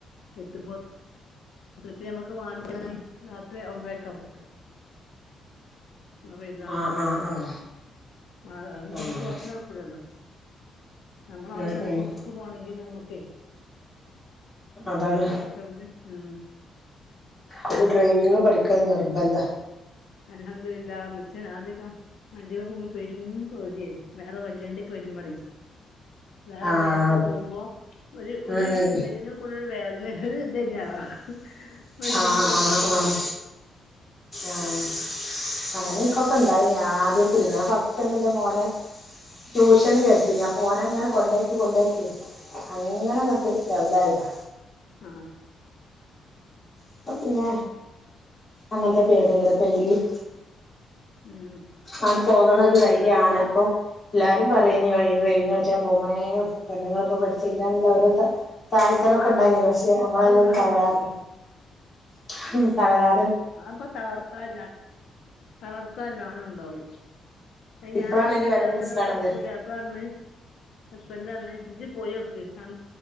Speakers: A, on the left; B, on the left.
A: എത്തുമ്പോ എത്രുപ്പിയേ ഞമ്മക്ക് വാണ്ടി <unintelligible> രാത്രി ഒമ്പേരക്ക പോണത് മ്മളെ പെരുന്നാള്
B: ആഹ്
A: അത്‌ കഴിഞ്ഞാല്
B: ആഹ് ആഹ്
A: അത് <unintelligible>
B: ആഹ്
A: നമുക്ക് വസ്ത്രംടുക്കൂല്ലല്ലോ നമ്മളാവ്ശ്യം
B: ഉം ഉം
A: കൊടുക്കുപോണെങ്കിൽ നമ്മുക്കേ
B: അതാണ്
A: പറ്റൊണ്ട് ഉം
B: ഒരു ഡ്രൈവിങ്ങ് പഠിക്കല് നിർബന്ധാ
A: അൽഹംദുലില്ലാ മിച്ചൻ ആദ്യൊക്കെ വണ്ടി മ്മേ പോവുമ്പോ പെരും പേട്യേനി വേറെ വല്യ ണ്ട്യൊക്കെ വെരുമ്പളേ വേറെ
B: ആഹ്
A: വേക്ക് പോവുമ്പോ ഒര്ഒര്
B: ഉം ഉം
A: നെഞ്ൻ്റെയ് കൂടെ വേദന ഒര് ഇതെന്നാണ് വെല്ല്യണ്ടി
B: ആഹ്
A: കാണ്
B: ആഹ്
A: മ്പോത്തിന്
B: ആഹ് ആഹ് അങ്ങനെ ഇൻക്കൊക്കെ ണ്ടായി നി ആദ്യ <unintelligible> ഞാ ഫസ്റ്റെന്നെ ഇൻ്റെ മോനെ ട്യൂഷന് ചേർത്തിണ് അപ്പോനെങ്ങനെ കൊണ്ട്യെക്കി കൊണ്ട്യെക്കി അങ്ങനെങ്ങട്ട് ലെവലായതാ
A: ആ
B: ഇപ്പപിന്നെ അങ്ങനത്തെ പേട്യൊന്നുല്ല ഇപ്പെയ്‌ലിം
A: ഉം
B: ണ്ട് പോകണൊരു ധൈര്യണ് അപ്പൊ എല്ലാരും പറയേനി
A: ആഹ്
B: <unintelligible>
A: ആഹ്
B: ഡ്രൈവി ച്ചാം പൊവുമ്പോ ഏ പെണ്ണ്ങ്ങളിപ്പോ പഠിച്ചയ്റ്റാ ന്ന്ള്ള ഓരോ ത ഴ്ത്തലൊക്കെ
A: ആഹ്
B: ണ്ടാവും പക്ഷെ അമ്മളയിലൊന്നും
A: അതെന്താ
B: ത
A: അത്ണ്ടാവും
B: ളരാതെ
A: ഉം
B: <unintelligible> ഉം തളരാ
A: ആപ്പൊ തളർത്താൻ ല്ലാ തളർത്താല്ലാരുണ്ടാവും ഞാൻ
B: ഇപ്പളാണ്
A: ഇന്ന്
B: അതിന്റെ
A: പൂജാപ്പ
B: വെല മനസ്സിലാവണത്
A: പൂജാപ്പ പറന്നു ഹസ്ബൻഡന്നെമ്മേ ജ് പോയി വോക്ക് അ